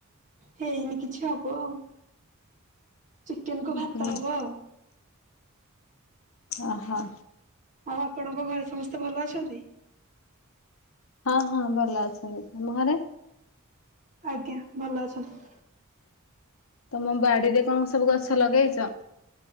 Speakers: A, on the right; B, on the left.
A: ହେଇନି କିଛି ହବ ଆଉ ଚିକେନ୍
B: ହୁଁ
A: କୁ ଭାତ ହବ ଆଉ
B: ଅ ହଁ।
A: ଆଉ ଆପଣଙ୍କ ଘରେ ସମସ୍ତେ ଭଲ ଅଛନ୍ତି?
B: ହଁ ହଁ ଭଲ ଅଛନ୍ତି। ତମ ଘରେ?
A: ଆଜ୍ଞା ଭଲଅଛନ୍ତି।
B: ତମ ବାଡିରେ କଣ ସବୁ ଗଛ ଲଗେଇଛ?